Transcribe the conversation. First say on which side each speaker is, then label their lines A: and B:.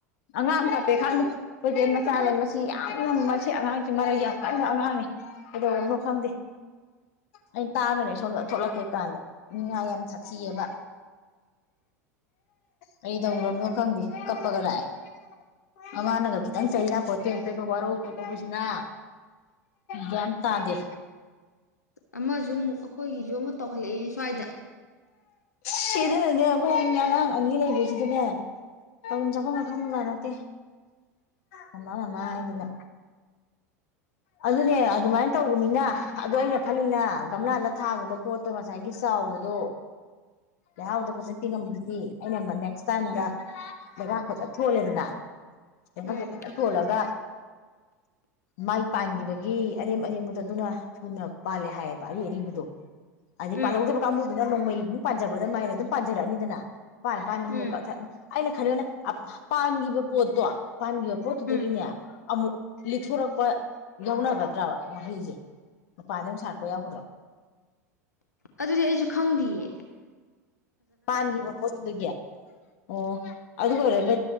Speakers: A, on the left (about 60°); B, on the left (about 80°).
A: ꯑꯉꯥꯡ ꯀꯞꯄꯦ ꯈꯪꯉꯦ ꯑꯩꯈꯣꯏ ꯆꯦꯒꯤ ꯃꯆꯥꯅꯦ ꯃꯁꯤ ꯌꯥꯝꯅ ꯃꯁꯤ ꯑꯉꯥꯡꯁꯤ ꯃꯔꯩ ꯌꯥꯝ ꯀꯟꯕ ꯑꯉꯥꯡꯅꯤ ꯀꯩꯗꯧꯔꯝꯅꯣ ꯈꯪꯗꯦ ꯑꯩꯅ ꯇꯥꯕꯅꯦ ꯁꯣꯝꯗ ꯊꯣꯛꯂꯛꯀꯦ ꯀꯥꯟꯗ ꯅꯤꯡꯉꯥꯏ ꯌꯥꯝ ꯁꯥꯊꯤꯌꯦꯕ ꯀꯩꯗꯧꯔꯕꯅꯣ ꯈꯪꯗꯦ ꯀꯞꯄꯒ ꯂꯥꯛꯑꯦ ꯃꯃꯥꯅꯒ ꯈꯤꯇꯪ ꯆꯩ ꯌꯥꯄꯣꯠ ꯅꯠꯇꯦ ꯋꯥꯔꯧ ꯄꯨꯛꯂꯧꯕꯁꯤꯅ ꯒ꯭ꯌꯥꯟ ꯑꯃ ꯇꯥꯗꯦ
B: ꯑꯃꯁꯨ ꯑꯃꯨꯛ ꯑꯩꯈꯣꯏꯒꯤꯁꯨ ꯑꯃꯨꯛ ꯇꯧꯈꯠꯂꯛꯑꯦ ꯁ꯭ꯋꯥꯏꯗ
A: ꯁꯤꯔꯅꯤ <unintelligible> ꯑꯉꯥꯡ ꯑꯅꯤ ꯂꯩꯕꯁꯤꯗꯅꯦ ꯇꯧꯐꯝ ꯆꯥꯐꯝ ꯈꯪꯕꯖꯥꯠ ꯅꯠꯇꯦ ꯃꯃꯥ ꯃꯃꯥ ꯍꯥꯏꯗꯅ ꯑꯗꯨꯅꯦ ꯑꯗꯨꯃꯥꯏꯅ ꯇꯧꯕꯅꯤꯅ ꯑꯗꯨ ꯑꯩꯅ ꯈꯜꯂꯤꯅ ꯒꯝꯂꯥꯗ ꯊꯥꯕꯗꯣ ꯄꯣꯠꯇꯣ ꯉꯁꯥꯏꯒꯤ ꯆꯥꯎꯕꯗꯣ ꯂꯩꯍꯥꯎꯗ ꯐꯖꯅ ꯄꯤꯉꯝꯕꯗꯨꯗꯤ ꯑꯩꯅ ꯅꯦꯛꯁ ꯇꯥꯏꯝꯗ
B: ꯎꯝ
A: ꯂꯩꯕꯥꯛ ꯐꯖꯅ ꯊꯣꯜꯂꯦꯗꯅ ꯂꯩꯕꯛꯁꯦ
B: ꯎꯝ
A: ꯐꯖꯅ ꯊꯣꯜꯂꯒ ꯃꯥꯏ ꯄꯥꯟꯈꯤꯕꯒꯤ ꯑꯔꯦꯝ ꯑꯔꯦꯝꯕꯗ ꯑꯗꯨꯅ ꯊꯨꯅ ꯄꯥꯜꯂꯦ ꯍꯥꯏꯌꯦꯕ ꯑꯔꯤ ꯑꯔꯤꯕꯗꯣ ꯑꯗꯤ
B: ꯎꯝ
A: ꯄꯥꯍꯧꯗꯕ ꯀꯥꯡꯕꯨꯗꯨꯅ ꯅꯣꯡꯃꯩ ꯃꯨꯛ ꯄꯖꯕꯗ ꯃꯥꯏꯅ ꯑꯗꯨꯝ ꯄꯥꯟꯖꯔꯛꯑꯅꯤꯗꯅ ꯄꯥꯟ ꯄꯥꯟ
B: ꯎꯝ
A: ꯀꯛꯊꯠ ꯑꯩꯅ ꯈꯜꯕꯅ ꯑꯐ ꯄꯥꯟꯈꯤꯕ ꯄꯣꯠꯇꯣ ꯄꯥꯟꯈꯤꯕ ꯄꯣꯠꯇꯨꯗꯒꯤꯅꯦ
B: ꯎꯝ
A: ꯑꯃꯨꯛ ꯂꯤꯠꯊꯣꯔꯛꯄ ꯌꯥꯎꯅꯒꯗ꯭ꯔꯕ ꯃꯍꯩꯁꯦ ꯃꯄꯥꯟꯗ ꯑꯃ ꯁꯥ ꯀ ꯌꯥꯎꯒꯗ꯭ꯔꯣ
B: ꯑꯗꯨꯗꯤ ꯑꯩꯁꯨ ꯈꯪꯗꯦꯌꯦ
A: ꯄꯥꯟꯈꯤꯕ ꯄꯣꯠꯇꯨꯒꯤ ꯑꯣ ꯑꯗꯨ ꯑꯣꯏꯔꯒ